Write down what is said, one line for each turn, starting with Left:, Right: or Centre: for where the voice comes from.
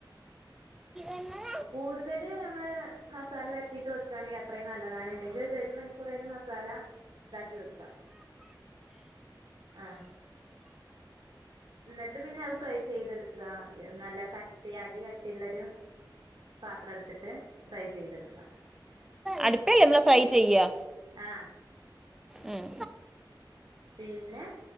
Centre: എന്ന
Right: കൂടുതല് നമ്മള് മസാല പെരട്ടീട്ട് വെക്ക്‌ ആണെങ്കി അത്രയും നല്ലതാണ്. ഇല്ലെങ്കി ഒര് ഒരു മണി ക്കുറേലും മസാല ഇതാക്കി വെക്കാ. ആ എന്നിട്ട് പിന്നെ അത് ഫ്രൈ ചെയ്തെടുക്ക നല്ല കട്ടി അടി കട്ടിയുള്ളരു. പാത്രം എടുത്തിട്ട് ഫ്രൈ ചെയ്തെടുക്ക.
Centre: അടുപ്പെല്ലേ നമ്മള് ഫ്രൈ ചെയ്യ.
Right: ആഹ്
Centre: ഉം
Right: പിന്നെ